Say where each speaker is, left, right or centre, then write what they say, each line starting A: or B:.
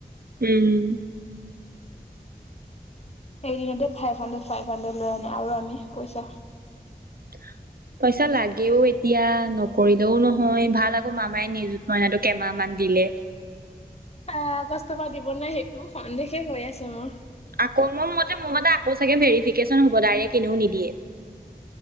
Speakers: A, on the right; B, on the left.
A: উম।
B: এদিনতে ফাইভ হান্দ্ৰেদ, ফাইভ হান্দ্ৰেড লৈ আনে আৰু আমি পইচা
A: <inaudible> পইচা লাগেও এতিয়া। নকৰিলেও নহয়। ভাল আকৌ মামায়ে নিযুত মইনাটো কেইমাহমান দিলে।
B: আহ কষ্ট পা দিবনে সেইটো? সন্দেহে হৈ আছে মোৰ।
A: আকৌ ম মতে মোৰ ম আকৌ চাগে ভেৰিফিকেচন হ'ব। ডাইৰেক এনেও নিদিয়ে।